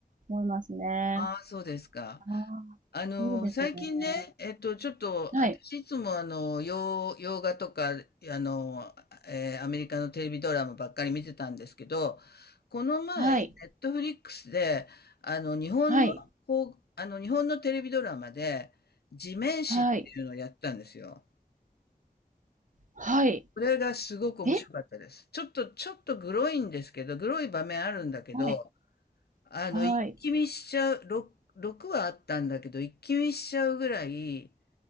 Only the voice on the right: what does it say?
思いますね。
ああ、
いいですね。
はい、
はい、
はい、
はい、はい。
え
はい、
はい、